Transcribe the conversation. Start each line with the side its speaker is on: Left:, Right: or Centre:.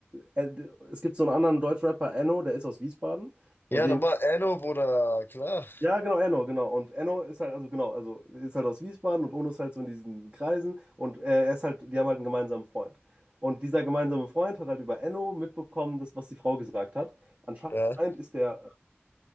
Right: Äh, es gibt so einen anderen Deutschrapper, Enno, der ist aus Wiesbaden. Und
Left: Ja,
Right: den.
Left: nochmal. Enno, Bruder. Klar.
Right: Ja, genau, Enno, genau. Und Enno ist halt, also genau, also ist halt aus Wiesbaden und Ono ist halt so in diesen Kreisen. Und äh, er ist halt, die haben halt einen gemeinsamen Freund. Und dieser gemeinsame Freund hat halt über Enno mitbekommen, das, was die Frau gesagt hat. Anscheinend
Left: Ja.
Right: ist der